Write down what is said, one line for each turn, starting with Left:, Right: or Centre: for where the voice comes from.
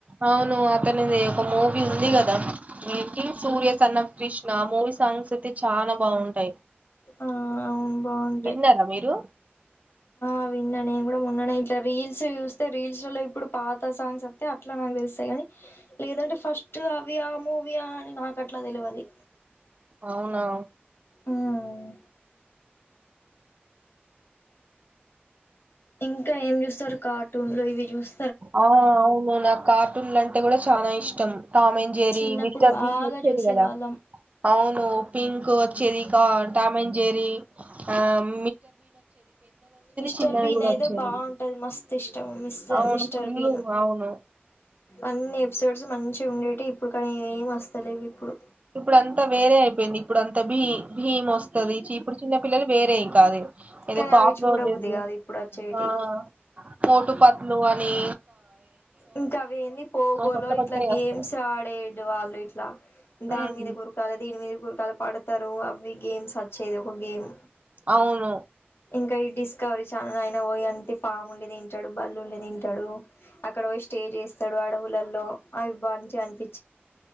Right: ఔను అతనిదేవ్ ఒక మూవీ ఉంది గదా Surya son of Krishna movie songs ఐతే చాన బాగుంటై
Left: ఆ అవును బాగుంటాయి
Right: విన్నరా మిరూ
Left: అ విన్న నేన్ గుడా మొన్ననే ఇట్లా రీల్స్ యూస్తే రీల్స్ లల్లా ఇప్పుడు పాత సాంగ్స్ అత్తే అట్లా నాక్దెల్స్తై గనీ లేదంటే ఫస్ట్ అవ్వియా మూవీయా అని నాకట్లా దెలవది
Right: ఔనా
Left: ఉమ్ ఇంకా ఏం జూస్తరు కార్టూన్లో ఇవి జూస్త్
Right: ఆ ఔను నక్కార్టుంలంటే గుడా చానా ఇష్టం టామెంజేరి
Left: చిన్నప్పుడు
Right: మిస్టర్
Left: బాగా
Right: బీన్ నొచ్చేది
Left: చూసే
Right: గదా
Left: వాళ్ళం
Right: ఔను పింక్ ఒచ్చేదికా టామెంజేరీ ఆమ్
Left: మిస్టర్
Right: చిన్నది
Left: బీన్
Right: కూడా
Left: ఐతే
Right: వచ్చేది
Left: బావుంటది మస్త్ ఇష్టం మిస్
Right: అవును
Left: మిస్టర్
Right: ఫుల్లు
Left: బీన్
Right: అవును
Left: అన్నేప్సోడ్స్ మంచ్ ఉండేటియు ఇప్పుడ్ కానీ ఏం అస్తలేవిప్పుడు
Right: ఇప్పుదంతా వేరే ఐపోయింది ఇప్పుదంతా భీ భీమ్ ఒస్తదీ చీప్డూ చిన్న పిల్లలీ వేరే ఇంక అది ఎదొ
Left: కానీ
Right: కాక్రోజెస్
Left: అవి చూడబుద్ది కాదు ఇప్పుడు వచ్చేటివి
Right: ఆ మోటుపట్లు అనీ
Left: ఇంకవ్వేంది పోగోలో
Right: కొత్త కొత్తవి
Left: ఇట్లా గేమ్స్
Right: వస్తాయి
Left: ఆడేడ్ వాళ్ళిట్లా దాన్మీదకురకాలే
Right: ఉమ్
Left: దీన్నీదకుకాలే పడ్తరూ అవ్వి గేమ్స్ చ్చేద్ ఒక గేమ్
Right: అవును
Left: ఇంకా ఈ డిస్కవరీ ఛానల్ లయిన వోయి అంటి పాముల్ని తింటడు బల్లుల్ని దింటడు అక్కడ వోయ్ స్టే జేస్తడు అడవులల్లో అవ్ బన్చ్ అన్పి